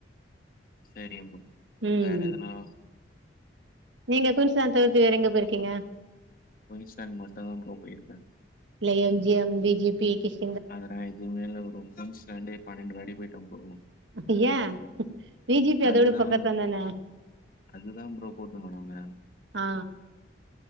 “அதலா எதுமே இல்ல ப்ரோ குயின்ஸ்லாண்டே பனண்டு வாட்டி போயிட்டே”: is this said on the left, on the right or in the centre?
Left